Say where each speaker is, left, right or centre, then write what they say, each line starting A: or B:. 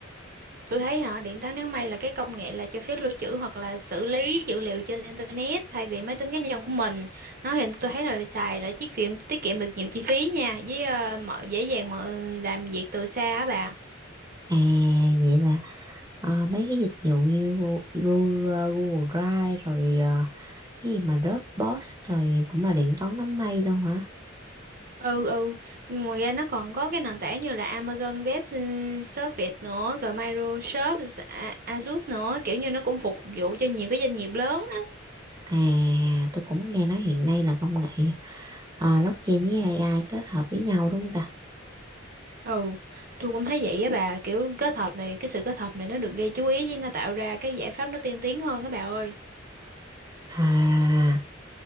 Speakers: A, on the right (about 45°); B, on the right (about 20°).
A: Tôi thấy họ điện toán đám mây là cái công nghệ là cho phép lưu trữ hoặc là xử lý dữ liệu trên internet thay vì máy tính cá nhân của mình. Nó thì tôi thấy là xài là chiếc phim tiết kiệm được nhiều chi phí nha, với ờ, mọi dễ dàng mọi làm việc từ xa á bà.
B: À vậy là ờ, mấy cái dịch vụ như Google, Google, Google Drive rồi ờ, cái gì mà Dropbox rồi cũng là điện toán đám mây luôn hả?
A: Ừ ừ, ngoài ra nó còn có cái nền tảng như là Amazon Web ừ, Service nữa, rồi Microsoft A- Azure nữa, kiểu như nó cũng phục vụ cho nhiều cái doanh nghiệp lớn.
B: À tôi cũng nghe nói hiện nay là công nghệ ờ, blockchain với AI kết hợp với nhau đúng không ta?
A: Ừ, tôi cũng thấy vậy á bà, kiểu kết hợp này, cái sự kết hợp này nó được gây chú ý với nó tạo ra cái giải pháp nó tiên tiến hơn á bà ơi.
B: À